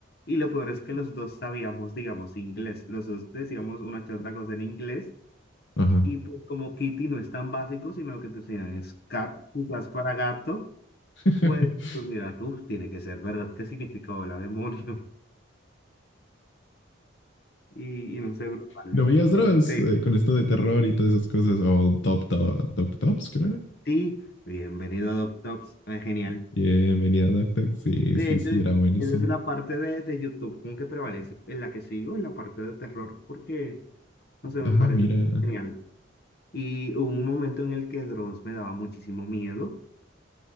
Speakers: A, on the left; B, on the left.
A: Y lo peor es que los dos sabíamos, digamos, inglés. Los dos decíamos una que otra cosa en inglés.
B: ajá.
A: Y pues como Kitty no es tan básico, sino lo que te enseñan es cat, quizás para gato,
B: <laughs>
A: pues tú dirás, uff, tiene que ser verdad, ¿qué significa hola, demonio? <laughs> Y, y no sé, brutal.
B: ¿No veías Dross
A: Es increíble.
B: Eh, con esto de terror y todas esas cosas? O Top Top, Top Tops, creo era.
A: Sí, bienvenido a DocTops, es genial.
B: Y venía Duck Sí,
A: De
B: sí,
A: hecho,
B: sí, era buenísimo.
A: esa es la parte de, de YouTube como que prevalece, en la que sigo, en la parte de terror, porque, no sé, me
B: Ah,
A: parece
B: mira.
A: genial. Y hubo un momento en el que Dross me daba muchísimo miedo,